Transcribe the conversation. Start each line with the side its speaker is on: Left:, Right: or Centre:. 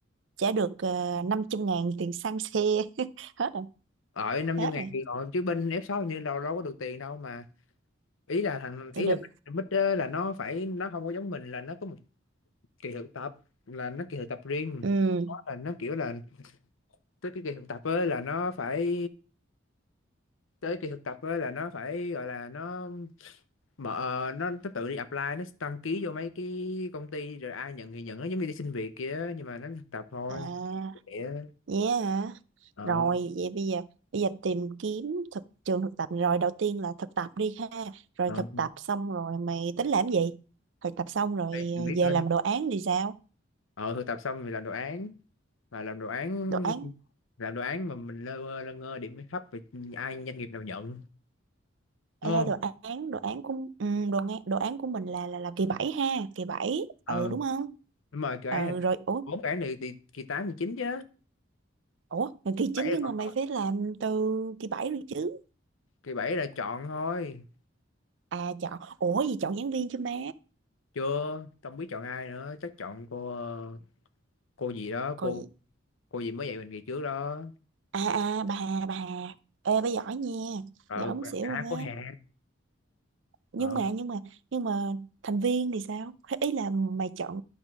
Right: trả được uh, 500 ngàn tiền xăng xe <laughs> hết rồi
Left: ở 500
Right: hết
Left: ngàn
Right: rồi
Left: thì rồi chứ bên F6 hình như đâu đâu có được tiền đâu mà ý là thằng
Right: thì
Left: ý
Right: được
Left: là Big Big á là nó phải nó không có giống mình là nó có một kỳ thực tập là nó kỳ thực tập riêng
Right: ừ
Left: Nó là nó kiểu là tới cái kỳ thực tập ấy là nó phải tới kỳ thực tập á là nó phải gọi là nó mở ờ, nó, nó tự đi apply nó đăng ký vô mấy cái công ty rồi ai nhận thì nhận nó giống như đi xin việc kia nhưng mà nó thực tập thôi
Right: à
Left: để
Right: yeah hả
Left: ờ
Right: rồi vậy bây giờ bây giờ tìm kiếm thực trường thực tập rồi đầu tiên là thực tập đi ha rồi
Left: ờ
Right: thực tập xong rồi mày tính làm gì thực tập xong rồi
Left: phải
Right: ờ,
Left: chưa biết
Right: về
Left: nữa
Right: làm
Left: thôi
Right: đồ án thì sao
Left: ờ thực tập xong thì làm đồ án mà làm đồ án
Right: đồ án
Left: làm đồ án mà mình lơ mơ lơ ngơ điểm thấp thì ai doanh nghiệp nào nhận đúng
Right: ê đồ
Left: không
Right: án đồ án của ừ, đồ án đồ án của mình là là là kỳ 7 ha kỳ bảy
Left: ờ
Right: ừ đúng không
Left: đúng rồi cái
Right: ừ
Left: án này
Right: rồi ủa
Left: bốn cái án này thì kỳ tám kỳ chín chứ
Right: ủa là kỳ
Left: bảy
Right: 9 nhưng
Left: là
Right: mà mày
Left: còn
Right: phải làm từ kỳ 7 rồi chứ
Left: kỳ bảy là chọn thôi
Right: à chọn ủa gì chọn giảng viên chứ má
Left: chưa không biết chọn ai nữa chắc chọn cô ờ, cô gì đó
Right: còn
Left: cô
Right: gì?
Left: cô gì mới dạy mình kỳ trước đó
Right: à à bà Hà, bà Hà. ê bà giỏi nha
Left: ờ
Right: giỏi muốn xỉu
Left: à
Right: luôn
Left: cô Hà
Right: á nhưng
Left: ờ
Right: mà nhưng mà nhưng mà thành viên thì sao Hay ý là mày chọn